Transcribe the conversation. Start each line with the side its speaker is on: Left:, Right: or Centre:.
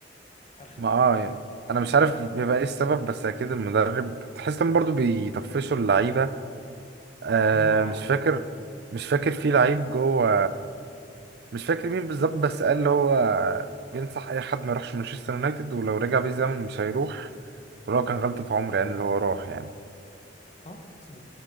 Left: فرخه
Right: ما
Left: بجد
Right: اه يعني انا
Left: مفيش
Right: مش عارف بيبقى ايه السبب بس اكيد المدرب تحس ان برضه بيطفشوا اللعيبه آه
Left: الله اعلم
Right: مش فاكر مش فاكر في لعيب جوه مش فاكر مين بالظبط بس قال اللي هو بينصح اي حد ما يروحش مانشستر يونايتد ولو رجع بيه الزمن مش هيروح ولو كان غلطة عمر يعني اللي هو راح يعني
Left: اه في ناس